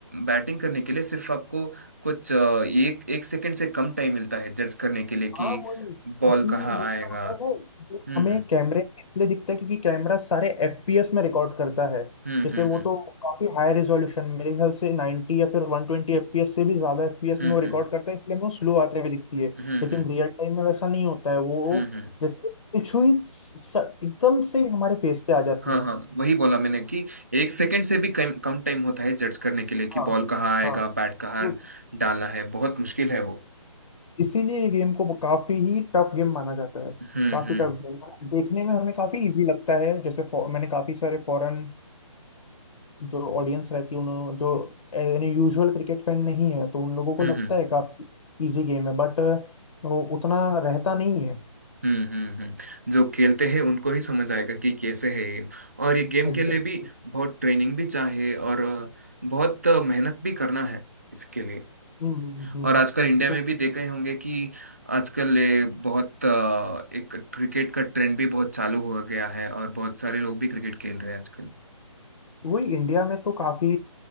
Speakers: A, on the right; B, on the left.
A: बैटिंग करने के लिए सिर्फ आपको कुछ अ, एक एक सेकंड से कम टाइम मिलता है जज करने के लिए
B: हाँ
A: कि
B: वही क्योंकि
A: बॉल कहाँ
B: वो
A: आएगा
B: क्या होता है वो
A: हम्म
B: हमें कैमरे में इसलिए दिखता है क्योंकि कैमरा सारे एफपीएस में रिकॉर्ड करता है
A: हम्म
B: जैसे
A: हम्म हम्म
B: वो तो काफी हाई रेजोल्यूशन मेरे ख्याल से 90 या फिर 120 एफपीएस से भी ज्यादा एफपीएस
A: हम्म
B: में वो रिकॉर्ड
A: हम्म
B: करता है इसलिए हमें वो स्लो आते हुए दिखती है
A: हम्म हम्म हम्म
B: लेकिन
A: हम्म
B: रियल टाइम में वैसा नहीं होता है वो
A: हम्म, हम्म।
B: जैसे पिछुई स- एकदम से ही हमारे फेस पे आ जाती
A: हाँ
B: है
A: हाँ वही बोला मैंने कि एक सेकंड से भी कम कम टाइम होता है जज करने के लिए कि
B: हाँ
A: बॉल कहाँ आएगा
B: हाँ
A: बैट कहाँ
B: तो
A: डालना है बहुत मुश्किल है वो
B: इसीलिए ये गेम को काफी ही टफ गेम माना जाता है
A: हम्म
B: काफी
A: हम्म
B: टफ गेम देखने में हमें काफी इजी लगता है जैसे फो- मैंने काफी सारे फॉरेन जो ऑडियंस रहती है उन्होंने जो यानी यूजुअल क्रिकेट फैन नहीं है तो उन लोगों को
A: हम्म
B: लगता
A: हम्म
B: है काफी इजी गेम है बट वो उतना रहता नहीं है
A: हम्म हम्म हम्म। जो खेलते हैं उनको ही समझ आएगा कि कैसे है ये और ये गेम
B: एग्जैक्टली
A: के लिए भी बहुत ट्रेनिंग भी चाहिए और अ, बहुत अ, मेहनत भी करना है इसके लिए
B: हम्म हम्म,
A: और आजकल इंडिया
B: हम्म।
A: में भी देख रहे होंगे कि आजकल ये बहुत अ, एक क्रिकेट का ट्रेंड भी बहुत चालू हो गया है और बहुत सारे लोग भी क्रिकेट खेल रहे हैं आजकल
B: वही इंडिया में तो काफी